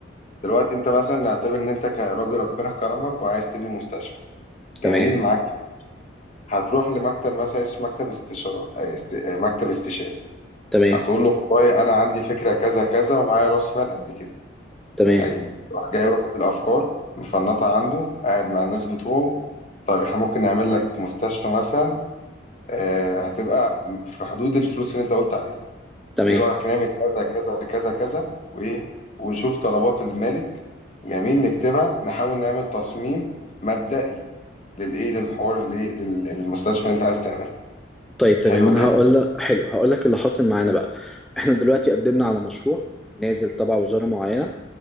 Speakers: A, on the left (about 35°); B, in the centre.
A: دلوقتي انت مثلا نعتبر ان انت كراجل ربنا كرمك وعايز تبني مستشفى جميل
B: تمام
A: معاك هتروح لمكتب مثلا اسمه مكتب استشارات آه، است... آه، مكتب استشاري
B: تمام
A: هتقول له والله انا عندي فكره كذا كذا ومعايا راس مال قد كده
B: تمام
A: حقيقي راح جاي واخد الافكار مفنطها عنده قاعد مع الناس بتوعه طيب احنا ممكن نعمل لك مستشفى مثلا آه هتبقى في حدود الفلوس اللي انت قلت عليها
B: تمام
A: ايه رايك نعمل كذا كذا كذا كذا وايه ونشوف طلبات المالك جميل نكتبها نحاول نعمل تصميم مبدئي للايه للحوار الايه لل- للمستشفى اللي انت عايز تعملها
B: طيب تمام
A: حلو
B: انا
A: كده
B: هقول لك حلو هقول لك اللي حاصل معانا بقى احنا دلوقتي قدمنا على مشروع نازل تبع وزارة معينة